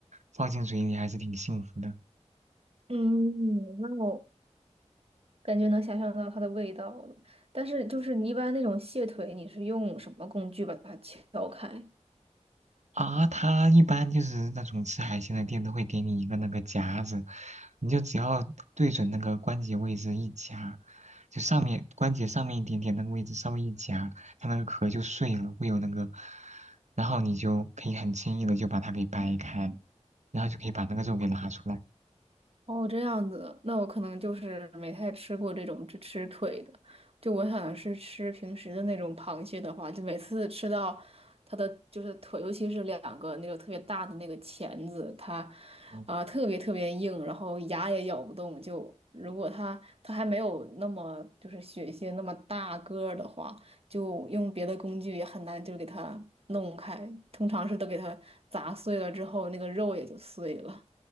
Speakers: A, on the right; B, on the right.
A: 放进嘴里还是挺幸福的。
B: 嗯，那我感觉能想象到它的味道了。但是就是你一般那种蟹腿，你是用什么工具把它敲开？
A: 啊，它一般就是那种吃海鲜的店都会给你一个那个夹子，你就只要对准那个关节位置一夹，就上面关节上面一点点那个位置稍微一夹，它那个壳就碎了，会有那个，然后你就可以很轻易的就把它给掰开，然后就可以把那个肉给拿出来。
B: 哦，这样子，那我可能就是没太吃过这种只吃腿的，就我想的是吃平时的那种螃蟹的话，就每次吃到它的就是腿，尤其是两个那种特别大的那个钳子，它
A: 哦，
B: 啊、特别特别硬，然后牙也咬不动。就如果它它还没有那么就是血蟹那么大个儿的话，就用别的工具也很难就给它弄开，通常是都给它砸碎了之后，那个肉也就碎了。